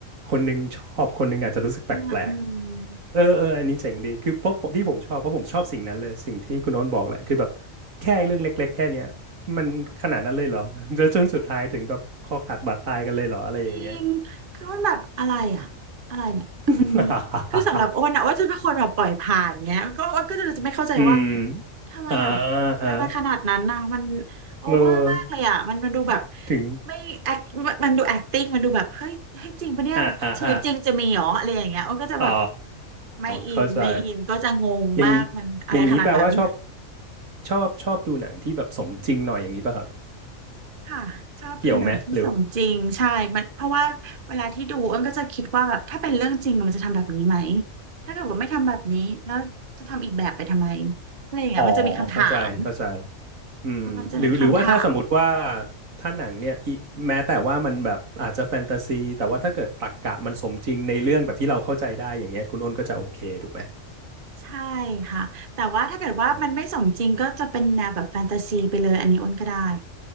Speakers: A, on the right; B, on the right.
A: คนหนึงชอบคนหนึงอาจจะรู้สึกแปลก
B: อ่าอ่า
A: ๆเออเอออันนี้เจ๋งดีคือเพราะผมที่ผมชอบเพราะผมชอบสิ่งนั้นเลยสิ่งที่คุณโน้นบอกแหละคือแบบแค่เรื่องเล็กๆแค่เนี้ยมันขนาดนั้นเลยเหรอแล้วจนสุดท้ายถึงแบบคอขาดบาดตายกันเลยเหรออะไรอย่างเงี้ย
B: จริงคืออ้วนแบบอะไรอ่ะอะไรเนี่ยมัน
A: <laughs>
B: คือสำหรับอ้วนอ่ะอ้วนจะเป็นคนแบบปล่อยผ่านเงี้ยก็อ้วนก็จะจะไม่เข้าใจว่า
A: อืม
B: ทำไมอ่ะอะไรมันขนาดนั้นนะมัน
A: อ่าอ่า
B: โอเวอร์มากเลยอ่ะมันมันดูแบบ
A: เออถึง
B: ไม่แอคมันดู acting มันดูแบบเฮ้ยเฮ้ยจริงปะเนี่ยชีวิตจริงจะมีเหรออะไรอย่างเงี้ยอ้วนก็จะแบบ
A: อ่าอ่าอ่าอ๋อ
B: ไม่อินไม่อินก็จะงงมากมันอะไรขนาดนั้น
A: เข้าใจ อย่างอย่างนี้แปลว่าชอบชอบชอบดูหนังที่แบบสมจริงหน่อยอย่างนี้ป่ะครับ
B: ค่ะชอบดูหนังที่สมจริงใช่มันเพราะว่าเวลาที่ดูอ้นก็จะคิดว่าแบบถ้าเป็นเรื่องจริงมันจะทำแบบนี้ไหม
A: เกี่ยวไหมหรือ
B: ถ้าเกิดว่าไม่ทำแบบนี้แล้วจะทำอีกแบบไปทำไมอะไรอย่างเงี้ยมันจะมีคำถาม
A: อ๋อเข้าใจเข้าใจอืมหรือหรือว่าถ้าสมมติว่า
B: เออมันจะมีคำถาม
A: ถ้าหนังเนี่ยอิแม้แต่ว่ามันแบบอาจจะแฟนตาซีแต่ว่าถ้าเกิดตรรกะมันสมจริงในเรื่องแบบที่เราเข้าใจได้อย่างเงี้ยคุณอ้นก็จะโอเคถูกไหม
B: ใช่ค่ะแต่ว่าถ้าเกิดว่ามันไม่สมจริงก็จะเป็นแนวแบบแฟนตาซีไปเลยอันนี้อ้นก็ได้
A: อ๋อ